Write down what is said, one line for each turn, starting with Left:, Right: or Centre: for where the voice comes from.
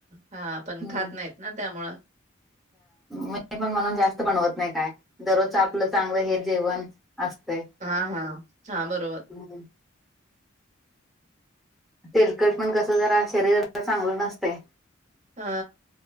Right: हा पण
Centre: हम्म
Right: खात नाहीत ना त्यामुळ
Centre: मी पण म्हणून जास्त बनवत नाही काय दररोजचं आपलं चांगलं हे जेवण असतंय
Right: हा, हा, हा बरोबर
Centre: हम्म तेलकट पण कस जरा शरीराला चांगलं नसतंय
Right: ह